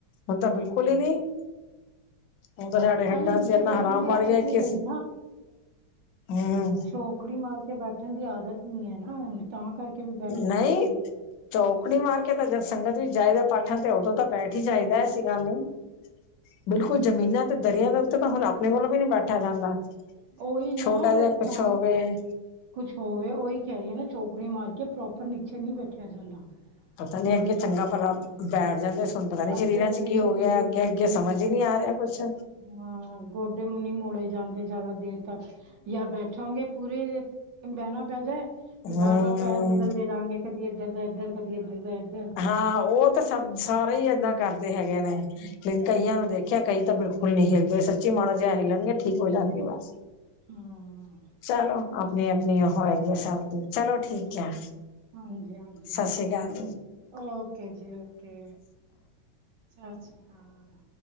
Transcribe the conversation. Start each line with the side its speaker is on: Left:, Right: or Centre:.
Left: ਹੁਣ ਤਾਂ
Right: ਹਮ
Left: ਬਿਲਕੁਲ ਈ ਨਈ। ਹੁਣ ਤਾਂ ਸਾਡੇ ਹੱਡਾਂ
Right: ਨਾਲੇ ਨੀਚੇ
Left: ਚ ਐਨਾ
Right: ਬੈਠਣ
Left: ਹਰਾਮ
Right: ਦੀ
Left: ਬਣ
Right: ਆਦਤ
Left: ਗਿਆ
Right: ਨਹੀਂ
Left: ਕਿ
Right: ਰਹੀ
Left: ਅਸੀਂ, ਹੂੰ
Right: ਚੋਖੜੀ ਮਾਰ ਕੇ ਬੈਠਣ ਦੀ ਆਦਤ ਨੀ ਐ ਨਾ ਹੁਣ। ਤਾਂ ਕਰਕੇ ਵੀ ਬੈਠਣਾ
Left: ਨਈ
Right: ਔਖਾ ਲੱਗਦਾ
Left: ਚੌਕੜੀ ਮਾਰ ਕੇ ਤਾਂ ਜਦ ਸੰਗਤ ਵੀਚ ਜਾਈਦਾ ਪਾਠਾਂ ਤੇ ਉਦੋਂ ਤਾਂ ਬੈਠ ਹੀ ਜਾਈਦਾ ਐਸੀ ਗੱਲ ਨਈ। ਬਿਲਕੁਲ ਜ਼ਮੀਨਾਂ ਤੇ ਦਰੀਆ ਦੇ ਉੱਤੇ ਤਾਂ ਹੁਣ ਆਪਣੇ ਕੋਲੋਂ ਵੀ ਨੀ ਬੈਠਾ ਜਾਂਦਾ।
Right: ਓਹੀ ਨਾ
Left: ਛੋਟਾ ਜਿਹਾ
Right: ਓ
Left: ਕੁਛ
Right: ਤਾਂ
Left: ਹੋਵੇ
Right: ਕੁਛ ਹੋਵੇ ਓਹੀ ਕੈ ਰਈ ਆ ਨਾ ਚੋਕੜੀ ਮਾਰ ਕੇ ਪ੍ਰੋਪਰ ਨੀਚੇ ਨਈ ਬੈਠਿਆ ਜਾਂਦਾ।
Left: ਪਤਾ
Right: ਪੂਰੇ
Left: ਨੀ ਅੱਗੇ ਚੰਗਾ
Right: ਟਾਈਮ
Left: ਭਲਾ,
Right: ਤੱਕ
Left: ਬੈਠ ਜਾਂਦੇ ਹੁਣ ਪਤਾ ਨੀ ਸਰੀਰਾਂ
Right: ਅੱਗੇ ਅੱਗੇ
Left: ਚ ਕੀ
Right: ਸਰੀਰ
Left: ਹੋ ਗੇਆ ਅੱਗੇ
Right: ਹਾਂ
Left: ਏ ਸਮਝ ਈ ਨੀ ਆ ਰੇਆ ਕੁੱਛ।
Right: ਹਾਂ ਗੋਡੇ ਮ ਨੀ ਮੋੜੇ ਜਾਂਦੇ ਜਾਦਾ ਦੇਰ ਤੱਕ। ਜਾਂ ਬੈਠੋਗੇ ਪੂਰੇ, ਬੈਣਾ ਪੈਦੈ,
Left: ਹਮ
Right: ਬਾਰ-ਬਾਰ ਪੈਰ ਬਦਲਦੇ ਰਾਂਗੇ। ਕਦੀ ਏਧਰ ਦਾ ਏਧਰ ਕਦੀ ਏਧਰ ਦਾ ਇੱਧਰ
Left: ਹਾਂ ਓ ਤਾਂ ਸ ਸਭ ਸਾਰੇ ਈ ਏਦਾਂ ਕਰਦੇ ਹੈਗੇ ਨੇ,
Right: ਹਾਂ
Left: ਤੇ ਕਈਆਂ ਨੂੰ ਦੇਖ ਵਾਕੇਆ ਕਈ ਤਾਂ ਬੇਲਕੁਲ ਨਈ ਹੇਲਦੇ ਸੱਚੀ ਮਾੜਾ ਜੇਆ ਹਿਲਣਗੇ ਠੀਕ ਹੋ ਜਾਣਗੇ ਬਸ
Right: ਹਾਂ
Left: ਚਲੋ ਅਪਣੀ ਅਪਣੀ ਓ ਹੈਗੀ ਆ ਸਭ ਦੀ ਚਲੋ ਠੀਕ ਐ।
Right: ਹਾਂਜੀ ਹਾਂਜੀ
Left: ਸਸਰੀ ਕਾਲ।
Right: ਓਕੇ ਜੀ ਓਕੇ, ਸਸਰੀ ਕਾਲ।